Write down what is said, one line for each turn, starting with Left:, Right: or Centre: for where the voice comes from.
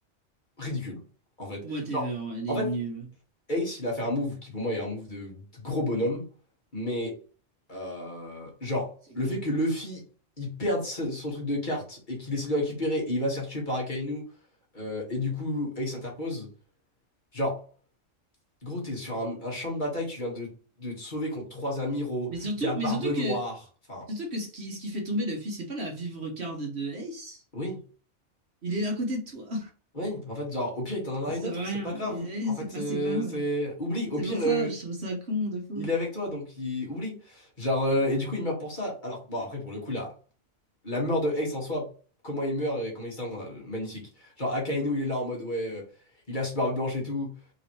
Left: ridicule, en fait.
Right: Whatever,
Left: Genre,
Right: ouais, elle
Left: en
Right: est
Left: fait,
Right: nulle.
Left: Ace, il a fait un move qui pour moi est un move de, de gros bonhomme, mais euh, genre,
Right: C'est
Left: le
Right: con.
Left: fait que Luffy, il perde ce- son truc de carte et qu'il essaie de le récupérer et il va se faire tuer par Akainu, euh, et du coup Ace interpose, genre, gros, t'es sur un, un champ de bataille, tu viens de, de te sauver contre trois amiraux,
Right: Mais surtout,
Left: il y a Barbe
Right: mais surtout
Left: Noire,
Right: que,
Left: enfin,
Right: surtout que ce qui, ce qui fait tomber Luffy, c'est pas la vivre card de Ace.
Left: oui.
Right: Il est là à côté de toi.
Left: Oui, en fait, genre, au pire, il t'en donnera
Right: Ça sert
Left: une autre,
Right: à
Left: c'est
Right: rien.
Left: pas grave.
Right: Et oui,
Left: En fait,
Right: c'est pas
Left: euh,
Right: si grave,
Left: c'est.
Right: ouais.
Left: Oublie, au
Right: C'est
Left: pire,
Right: pour
Left: euh,
Right: ça, je trouve ça con de fou.
Left: il est avec toi, donc il... oublie. Genre, euh, et du coup, il meurt pour ça. Alors, bon, après, pour le coup, là, La mort de Ace en soi, comment il meurt et comment il se tend, euh, magnifique. Genre, Akainu, il est là en mode, ouais, euh, il a ce barbe blanche et tout.